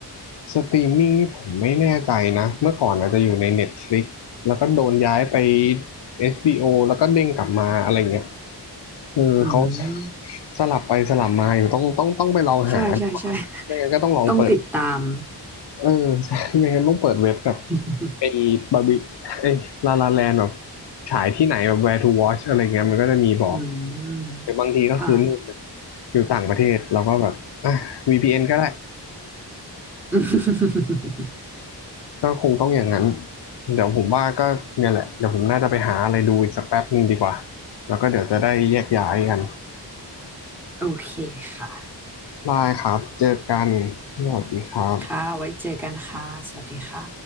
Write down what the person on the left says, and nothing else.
สตรีมมิ่งนี่ผมไม่แน่ใจนะ เมื่อก่อนอาจจะอยู่ใน Netflix แล้วก็โดนย้ายไป HBO แล้วก็เด้งกลับมาอะไรเงี้ยเออเขา
สลับไปสลับมาอยู่ต้องต้องต้องไปลองหา
ไม่งั้นก็ต้องลองเปิด
เออใช่ไม่งั้นต้องเปิดเว็บแบบ
ไอ้บาร์บี้ไอ้ลาลาแลนแบบฉายที่ไหนแบบ where to watch อะไรเงี้ยมันก็จะมีบอก
หรือบางทีก็คือนู่นอยู่ต่างประเทศเราก็แบบอ่ะ VPN ก็ได้
ก็คงต้องอย่างนั้น เดี๋ยวผมว่าก็เนี่ยแหละ เดี๋ยวผมน่าจะไปหาอะไรดูอีกสักแป๊บหนึ่งดีกว่า แล้วก็เดี๋ยวจะได้แยกย้ายกัน
ได้ครับเจอกันสวัสดีครับ